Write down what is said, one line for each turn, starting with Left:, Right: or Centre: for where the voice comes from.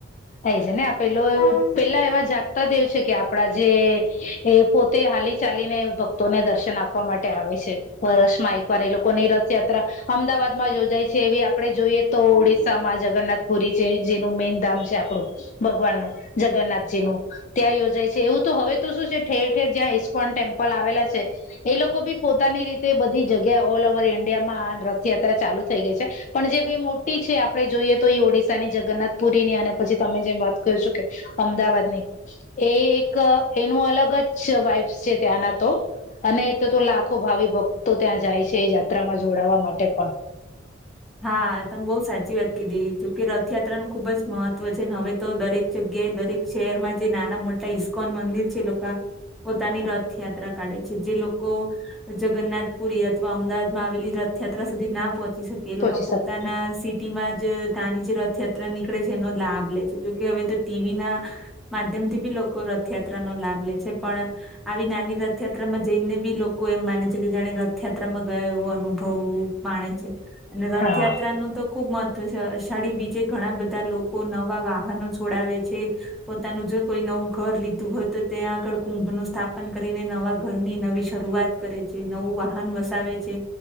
Left: થાય છે ને પેલો એવ પેલા એવા જાગતા દેવ છે કે આપડા જે એ પો તે હાલી ચાલીને ભક્તોને દર્શન આપવા માટે આવે છે. વર્ષમાં એકવાર એ લોકોની રથયાત્રા અમદાવાદ માં યોજાય છે એવી આપડે જોઈએ તો ઓડિસ્શસામાં જ જગન્નાથ પુરી છે જેનું મેન ધામ છે આપણું ભગવાનનું જગન્નાથજીનું. ત્યાં યોજાય છે એવું તો હવે તો શું છે ઠેર ઠેર જ્યાં ઇસ્કોન ટેમ્પલ આવેલા છે. એ લોકો બી પોતાની રીતે બધી જગ્યા ઓલ ઓવર ઈન્ડિયામાં રથયાત્રા ચાલુ થઈ ગઈ છે. પણ જે બે મોટી છે આપણે જોઈએ. તો એ ઓડિશા ની જગન્નાથ પુરી ની અને પછી તમે જેમ વાત કર છો કે અમદાવાદ ની. એ એક એનું અલગ જ વાઈપ્સ છે ત્યાંના તો અને એ તો તો લાખો ભાવિ ભક્તો ત્યાં જાય છે એ યાત્રામાં જોડાવા માટે પણ.
Centre: હા તમે બહુ સાચી વાત કીધી જોકે રથયાત્રા નું ખુબ જ મહત્વ છે હવે તો દરેક જગ્યાએ દરેક શહેરમાં જે નાના મોટા ઇસ્કોન મંદિર છે એ લોકો. પોતાની રથયાત્રા કાઢે છે જે લોકો. જગન્નાથપુરી અથવા અમદાવાદ માં આવેલી રથયાત્રા સુધી ના પહોંચી શકે. કે
Left: પહોંચી
Centre: લોકો
Left: શકે
Centre: પોતાના સ. માં જ તંની જે રથયાત્રા નીકળે છે એનો લાભ લે છે જોકે હવે તો ટીવી ના. માધ્યમ થી બી લોકો રથયાત્રા નો લાભ લે છે પણ. આવી નાની રથયાત્રામાં જઈને બી લોકો એમ માને છે કે જાણે રથયાત્રામાં ગયા એવો અનુભવું. માણે છે- અને રથયાત્રા
Left: હા
Centre: નું તો ખુબ મહત્વ છે અષાઢી બીજે ઘણા બધા લોકો નવા વાહનો છોડાવે છે પોતાનું જો કોઈ નવું ઘર લીધું હોય તો ત્યાં આગળ કુંભનું સ્થાપન કરીને નવા ઘરની નવી શરૂઆત કરે છે નવું વાહન વસાવે છે